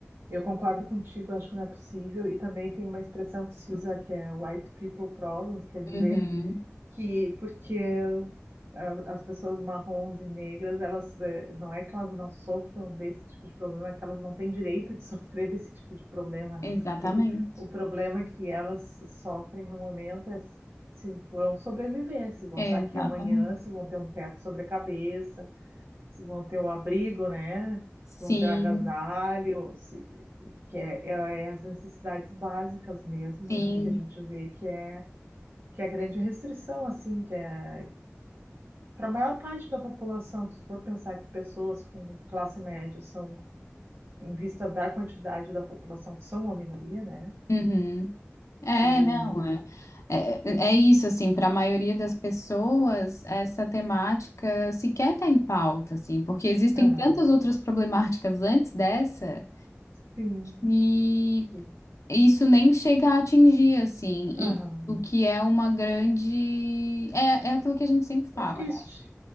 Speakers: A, on the right; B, on the left.
A: Eu concordo contigo, acho que não é possível. E também tem uma expressão que se usa que é white people problems, quer dizer
B: Uhum.
A: que porque a- as pessoas marrons e negras, elas eh, não é que elas não sofram desse tipo de problema, é que elas não têm direito de <laughs> sofrer desse tipo de problema, né?
B: Exatamente.
A: Porque o problema que elas sofrem no momento é se vão sobreviver, se vão estar
B: Exatamente.
A: aqui amanhã, se vão ter um teto sobre a cabeça, se vão ter o abrigo, né?
B: Sim,
A: Se vão ter o agasalho, se, que é, é é as necessidades básicas mesmo,
B: sim.
A: né? Que a gente vê que é que é a grande restrição, assim, que é para a maior parte da população, se for pensar que pessoas com classe média são, em vista da quantidade da população, são uma minoria, né?
B: Uhum. É,
A: E.
B: não, é, é, é isso, assim, para a maioria das pessoas, essa temática sequer está em pauta, assim, porque existem
A: Aham,
B: tantas outras problemáticas antes dessa,
A: sim.
B: e
A: e-
B: isso nem chega a atingir, assim,
A: Aham.
B: e o que é uma grande. É, é aquilo que a gente sempre fala,
A: É triste.
B: né?